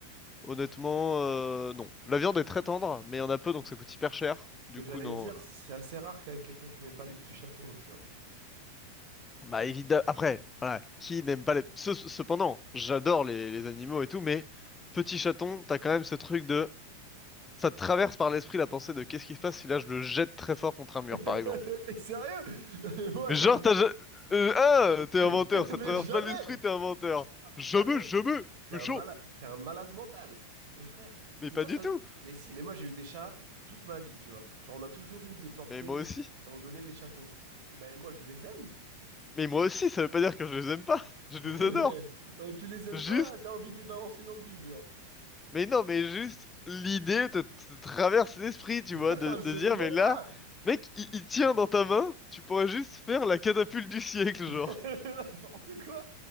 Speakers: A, on the left (about 15°); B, on the right (about 45°).
A: honnêtement, euh, non. La viande est très tendre, mais il y en a peu, donc ça coûte hyper cher. Du
B: que j'allais
A: coup, non.
B: dire, c'est assez rare quand même quelqu'un qui n'aime pas les petits chatons, tu vois.
A: Bah évidemment. Après, voilà, qui n'aime pas les. Ce- ce- Cependant, j'adore les, les animaux et tout, mais petit chaton, t'as quand même ce truc de. Ça te traverse par l'esprit la pensée de qu'est-ce qui se passe si là je le jette très fort contre un mur,
B: <laughs>
A: par exemple.
B: T'es sérieux? Non, mais moi,
A: Mais
B: ça
A: genre,
B: me.
A: t'as... ja- Euh, ah,
B: <laughs>
A: t'es
B: Mais,
A: un menteur, ça
B: mais
A: te traverse
B: jamais!
A: pas l'esprit, t'es un menteur.
B: Non, mais
A: Jamais,
B: jamais!
A: jamais,
B: T'es
A: méchant.
B: un malade, t'es un malade mental, mes frères.
A: Mais
B: Mais
A: pas
B: toi,
A: du
B: ça.
A: tout.
B: Mais si, mais moi, j'ai eu des chats toute ma vie, tu vois. Genre, on a toujours eu des portées
A: Mais moi
B: qu'on
A: aussi.
B: on donnait les chatons. Et ben, moi, je les aime.
A: Mais moi aussi, ça veut pas dire que je les aime pas. Je les
B: <laughs> Mais
A: adore.
B: euh, tu les aimes
A: Juste,
B: pas, t'as envie de les balancer dans le vide, genre.
A: mais non, mais juste, l'idée te, te traverse l'esprit, tu
B: <laughs>
A: vois, de,
B: Absolument
A: de dire, mais là,
B: pas!
A: mec, il, il tient dans ta main, tu pourrais juste faire la catapulte du siècle, genre.
B: <laughs> Mais N'importe quoi!